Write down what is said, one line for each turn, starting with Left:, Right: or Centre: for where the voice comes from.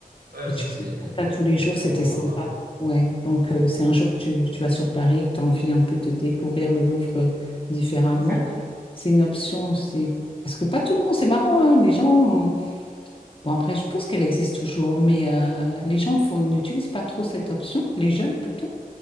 Right: Ouais,
Left: Et
Right: ça,
Left: tu
Right: c'est
Left: peux faire ça tous les jours,
Right: c'est
Left: c'était
Right: vraiment
Left: sympa.
Right: sympa.
Left: Ouais. Donc, euh, si un jour tu, tu vas sur Paris et que tu as envie un peu de découvrir le Louvre euh, différemment,
Right: Ok.
Left: c'est une option aussi. Parce que pas tout le monde, c'est marrant, hein, les gens. euh, Bon, après, je pense qu'elle existe toujours, mais euh, les gens ne font- n'utilisent pas trop cette option, les jeunes plutôt.